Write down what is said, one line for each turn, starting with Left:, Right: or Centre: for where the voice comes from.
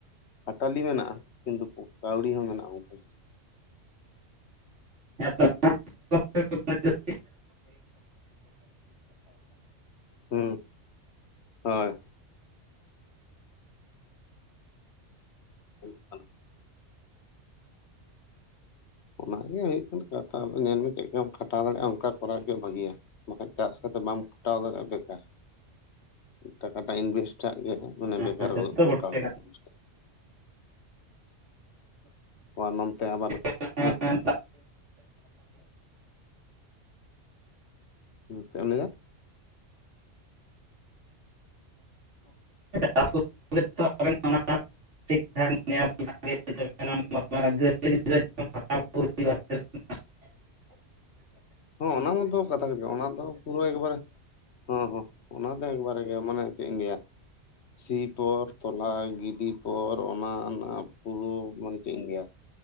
Left: ᱠᱷᱴᱟᱞᱤ ᱢᱮᱱᱟᱜᱼᱟ ᱠᱤᱱᱛᱩ ᱠᱟᱹᱣᱰᱤ ᱦᱚᱸ ᱢᱮᱱᱟᱜᱼᱟ ᱚᱱᱠᱟ ᱜᱮ
Right: ᱦᱮᱸ ᱛᱚ <unintelligible>
Left: ᱦᱩᱸ, ᱦᱳᱭ <inaudible> ᱚᱱᱟ ᱜᱮ ᱦᱩᱭᱩᱜ ᱠᱟᱱᱟ ᱠᱟᱛᱷᱟ ᱫᱚ ᱧᱮᱞ ᱢᱮ ᱪᱮᱫ ᱞᱮᱠᱟᱢ ᱠᱷᱟᱴᱟᱣ ᱫᱟᱲᱮᱭᱟᱜᱼᱟ ᱚᱱᱠᱟ ᱠᱚᱨᱟᱣ ᱵᱷᱟᱜᱮᱭᱟ᱾ ᱵᱟᱠᱷᱟᱡ ᱪᱟᱥ ᱠᱟᱛᱮᱫ ᱵᱟᱢ ᱠᱷᱟᱴᱟᱣ ᱫᱟᱲᱮᱭᱟᱜᱼᱟ ᱵᱮᱠᱟᱨ ᱴᱟᱠᱟ ᱴᱟᱜ ᱤᱱᱵᱷᱮᱥᱴᱟᱜ ᱜᱮ ᱢᱚᱱᱮ ᱵᱮᱠᱟᱨᱠᱟ
Right: ᱦᱮᱸ ᱥᱮᱛᱚ
Left: ᱜᱚᱫᱚᱜ ᱛᱟᱢᱟ
Right: ᱵᱚᱴᱷᱮ
Left: ᱠᱟ. ᱣᱰᱤ ᱡᱤᱱᱤᱥ ᱴᱟᱜ ᱚᱱᱟ ᱱᱚᱱᱛᱮ ᱟᱵᱟᱨ ᱦᱮᱸ
Right: <unintelligible>
Left: ᱦᱩᱸ ᱪᱮᱫ ᱮᱢ ᱞᱟᱹᱭᱮᱫᱟ?
Right: ᱪᱟᱥ ᱠᱚ <unintelligible> ᱴᱷᱤᱠ ᱴᱷᱟᱠ ᱧᱮᱞ ᱠᱟᱜ ᱜᱮ ᱛᱟᱦᱮᱱᱟᱢ <unintelligible> <unintelligible> <unintelligible>
Left: ᱦᱚᱸ ᱚᱱᱟ ᱢᱟ ᱫᱚ ᱠᱟᱛᱷᱟ ᱠᱟᱱ ᱜᱮ ᱚᱱᱟ ᱫᱚ ᱯᱩᱨᱟᱹ ᱮᱠᱵᱟᱨᱮ ᱦᱚᱸ ᱦᱚᱸ ᱚᱱᱟ ᱫᱚ ᱮᱠᱵᱟᱨᱮ ᱜᱮ ᱢᱟᱱᱮ ᱪᱮᱫ ᱤᱧ ᱞᱟ. ᱭᱟ ᱼᱼ ᱥᱤ ᱯᱚᱨ ᱛᱚᱞᱟ ᱜᱤᱰᱤ ᱯᱚᱨ ᱚᱱᱟ ᱨᱮᱱᱟᱜ ᱯᱩᱨᱟᱹ ᱢᱟᱱᱮ ᱪᱮᱫ ᱤᱧ ᱞᱟᱹᱭ-ᱟ ᱼᱼ